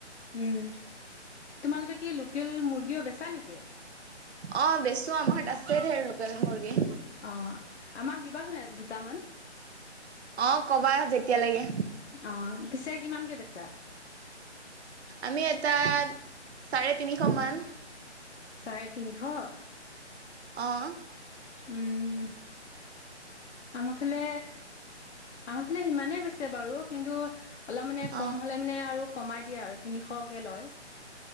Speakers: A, on the left; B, on the right.
A: উম তোমালোকে কি লোকেল মুৰ্গীও বেচা নেকি
B: অ বেচো আমাৰ ঘৰত আছে ধেৰ লোকেল মুৰ্গী
A: অ আমাক দিবাচান দুটামান
B: অ কবা যেতিয়া লাগে
A: অ পিছে কিমানকে বেচা
B: আমি এটাত চাৰে তিনিশ মান
A: চাৰে তিনিশ।
B: অ'।
A: উম, আমফালে আমাৰ ফালে সিমানে বেছে বাৰু কিন্তু অলপ মানে কম
B: অঁ
A: হলে মানে আৰু কমাই দিয়ে আৰু। তিনিশকে লয়।